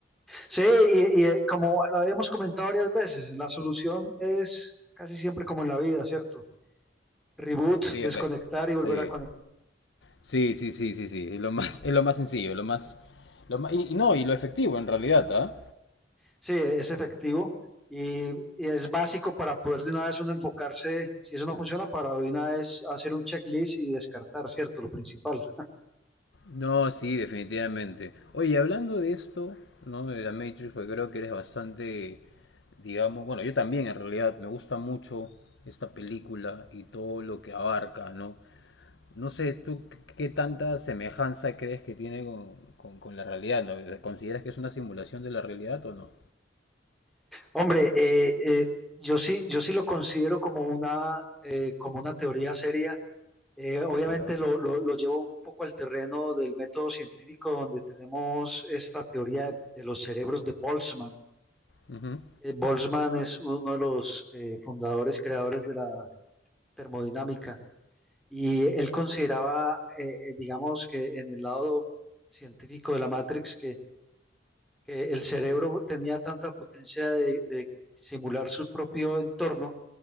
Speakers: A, in the centre; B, on the left.
A: Sí, y, y, eh, como lo hemos comentado varias veces, la solución es casi siempre como en la vida, ¿cierto? Reboot,
B: Sí,
A: desconectar
B: re-
A: y volver
B: sí.
A: a conectar.
B: Sí, sí, sí, sí, sí. Es lo más, es lo más sencillo, lo más, lo más- y, y no, y lo efectivo en realidad, ¿ah?
A: Sí, es efectivo y, y es básico para poder de una vez uno enfocarse, si eso no funciona, para de una vez hacer un checklist y descartar, ¿cierto? Lo principal.
B: No, sí, definitivamente. Oye, y hablando de esto, ¿no? De la Matrix, porque creo que eres bastante, digamos, bueno, yo también en realidad me gusta mucho esta película y todo lo que abarca, ¿no? No sé, ¿tú qué qué tanta semejanza crees que tiene con, con- con la realidad, ¿no? ¿Consideras que es una simulación de la realidad o no?
A: Hombre, eh, eh, yo sí, yo sí lo considero como una, eh, como una teoría seria. Eh, obviamente
B: Ya.
A: lo, lo- lo llevo un poco al terreno del método científico donde tenemos esta teoría de, de los cerebros de Boltzmann.
B: Ujú.
A: Eh, Boltzmann es uno de los eh, fundadores, creadores de la termodinámica. Y él consideraba, eh, eh, digamos, que en el lado científico de la Matrix, que, que el cerebro tenía tanta potencia de, de simular su propio entorno